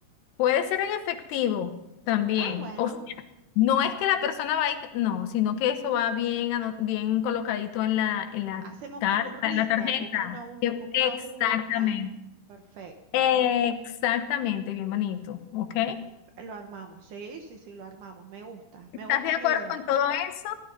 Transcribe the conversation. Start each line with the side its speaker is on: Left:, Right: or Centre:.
Left: Puede ser en efectivo también.
Right: Ah, bueno,
Left: O sea, no es que la persona va a ir, no, sino que eso va bien, ano- bien colocadito en la, en la
Right: hacemos
Left: carta,
Right: una urnita,
Left: en la tarjeta.
Right: como una, ur-
Left: Que-
Right: como
Left: Exactamente.
Right: una urna. Perfecto.
Left: Exactamente, bien bonito. ¿Ok?
Right: Lo armamos. Sí, sí, sí, lo armamos. Me gusta,
Left: ¿Estás
Right: me gusta
Left: de acuerdo
Right: la idea.
Left: con todo eso?